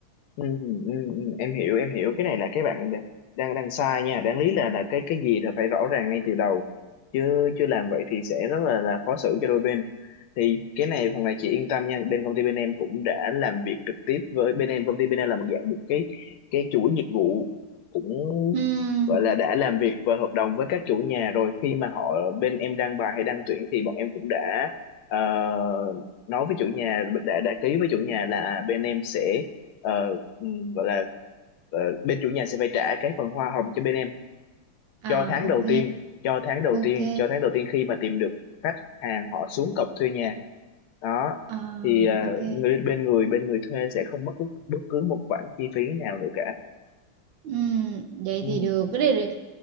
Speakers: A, on the left; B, on the right.
A: Ừ, ừ, ừ, em hiểu em hiểu cái này là cái bạn đ- đang đang sai nha đáng lý là là cái cái gì là phải rõ ràng ngay từ đầu chứ chưa làm vậy thì sẽ rất là là khó xử cho đôi bên thì cái này phần này chị yên tâm nha bên công ty bên em cũng đã làm việc trực tiếp với bên em công ty bên em là một dạng một cái cái chuỗi dịch vụ cũng
B: Ừ.
A: gọi là đã làm việc và hợp đồng với các chủ nhà rồi khi mà họ bên em đăng bài hay đăng tuyển thì bọn em cũng đã ờ, nói với chủ nhà đã đã ký với chủ nhà là à, bên em sẽ ờ, ừ, gọi là ờ, bên chủ nhà sẽ phải trả cái phần hoa hồng cho bên em
B: À
A: cho tháng
B: ok,
A: đầu tiên cho tháng đầu
B: ok,
A: tiên cho tháng đầu tiên khi mà tìm được khách hàng họ xuống cọc thuê nhà đó
B: à
A: thì ờ,
B: ok.
A: người bên người bên người thuê sẽ không mất bất, bất cứ một khoản chi phí nào nữa cả
B: Ừm, vậy
A: ừ,
B: thì được cái này